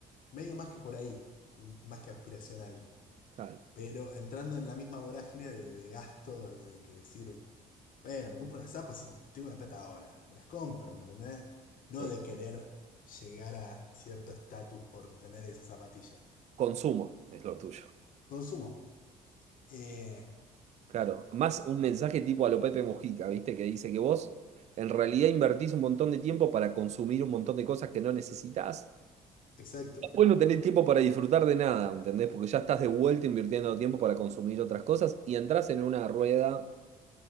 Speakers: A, on the left; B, on the right.
A: Medio más que por ahí, m- más que aspiracional.
B: Claro.
A: Pero entrando en la misma vorágine de, de gasto, de que decir, Bueno, me compro unas zapas si tengo la plata ahora. Me las compro, ¿me entendés? No
B: sí.
A: de querer llegar a cierto estatus por tener esas zapatillas.
B: Consumo es lo tuyo.
A: Consumo. Eh,
B: Claro. Más un mensaje tipo a lo Pepe Mujica, ¿viste? Que dice que vos en realidad invertís un montón de tiempo para consumir un montón de cosas que no necesitas
A: exacto,
B: Vos no tenés tiempo para disfrutar de nada, ¿entendés? Porque ya estás de vuelta invirtiendo tiempo para consumir otras cosas y entras en una rueda